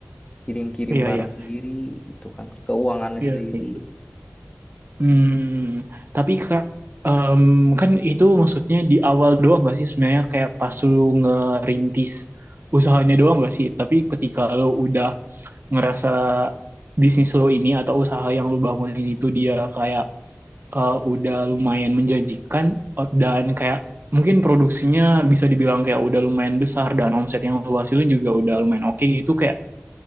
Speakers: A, on the left; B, on the right.
A: kirim-kirim
B: iya,
A: barang
B: iya.
A: sendiri gitu kan, keuangannya
B: Iya
A: sendiri.
B: sih. Hmm, tapi Kak, em, kan itu maksudnya di awal doang gak sih sebenarnya kayak pas lu ngerintis usahanya doang gak sih? Tapi ketika lu udah ngerasa bisnis lo ini atau usaha yang lu bangunin itu dia kayak eh, udah lumayan menjanjikan eh, dan kayak mungkin produksinya bisa dibilang kayak udah lumayan besar dan omset yang lu hasilin juga udah lumayan oke gitu kayak